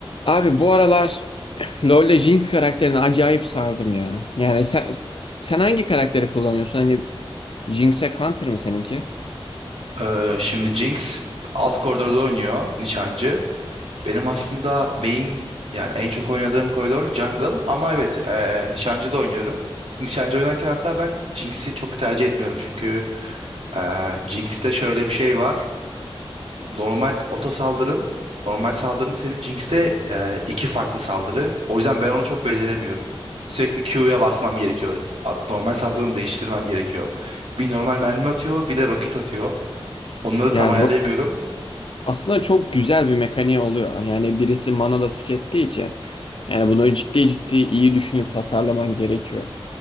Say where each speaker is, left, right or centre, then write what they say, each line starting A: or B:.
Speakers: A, on the left; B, on the right.
A: Abi bu aralar LoL'le Jinx karakterini acayip sardım ya. Yani sen sen hangi karakteri kullanıyorsun? Hani Jinx'e counter mı seninki?
B: Ee, şimdi Jinx alt koridorda oynuyor nişancı. Benim aslında main yani en çok oynadığım koridor jungle ama evet ee, nişancı da oynuyorum. Nişancı oynarken hatta ben Jinx'i çok tercih etmiyorum çünkü ee, Jinx'te şöyle bir şey var. Normal oto saldırın, normal saldırın senin Jinx'te ee, iki farklı saldırı. O yüzden ben onu çok beceremiyorum. Sürekli Q'ya basmam gerekiyor. At- Normal saldırımı değiştirmem gerekiyor. Bir normal mermi atıyor, bir de roket atıyor. Onları
A: Ya
B: tam ayarlayamıyorum.
A: ro- aslında çok güzel bir mekaniği oluyor. Yani birisi mana da tükettiği için yani bunu ciddi ciddi iyi düşünüp tasarlaman gerekiyor.